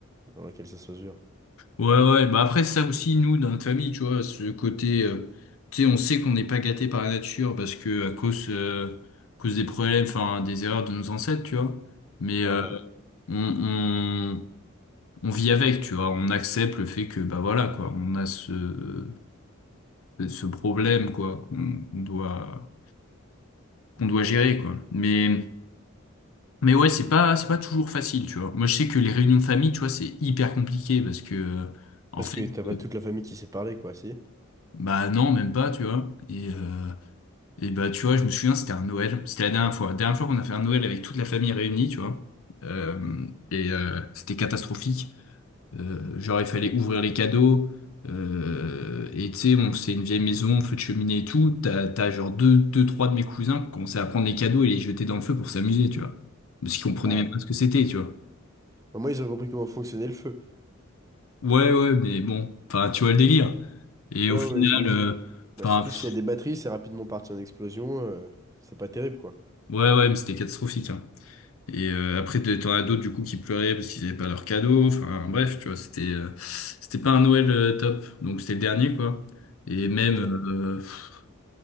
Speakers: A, on the right; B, on the left.
A: dans laquelle ça se mesure.
B: Ouais, ouais, bah après, ça aussi, nous, dans notre famille, tu vois, ce côté, euh, tu sais, on sait qu'on n'est pas gâté par la nature parce que à cause, euh, à cause des problèmes, enfin, des erreurs de nos ancêtres, tu vois. Mais
A: Hein,
B: euh,
A: hein.
B: on, on, on vit avec, tu vois, on accepte le fait que, bah voilà, quoi, on a ce, ce problème, quoi, qu'on qu'on doit, qu'on doit gérer, quoi. Mais. Mais ouais, c'est pas, c'est pas toujours facile, tu vois. Moi, je sais que les réunions de famille, tu vois, c'est hyper compliqué parce que, euh, en
A: Parce
B: fait,
A: que t'as pas
B: euh,
A: toute la famille qui sait parler, quoi, si?
B: bah non, même pas, tu vois. Et, euh, et bah, tu vois, je me souviens, c'était un Noël. C'était la dernière fois. La dernière fois qu'on a fait un Noël avec toute la famille réunie, tu vois. Euh, et euh, c'était catastrophique. Euh, genre, il fallait ouvrir les cadeaux. Euh, et tu sais, bon, c'est une vieille maison, feu de cheminée et tout. T'as, t'as genre deux, deux, trois de mes cousins qui commençaient à prendre les cadeaux et les jeter dans le feu pour s'amuser, tu vois. Parce qu'ils comprenaient
A: Ouais.
B: même pas ce que c'était, tu vois.
A: Au moins, ils ont compris comment fonctionnait le feu.
B: Ouais, ouais, mais bon, enfin, tu vois le délire. Et
A: Ouais,
B: au final,
A: ouais, j'imagine.
B: euh,
A: Bah,
B: enfin,
A: surtout
B: pff,
A: s'il y a des batteries, c'est rapidement parti en explosion. euh, c'est pas terrible, quoi.
B: ouais, ouais, mais c'était catastrophique. hein. Et euh, après, t'en t'en as d'autres du coup qui pleuraient parce qu'ils n'avaient pas leur cadeau. Enfin, bref, tu vois, c'était euh, c'était pas un Noël euh, top. Donc c'était le dernier, quoi. Et même,
A: Ok,
B: euh, pff,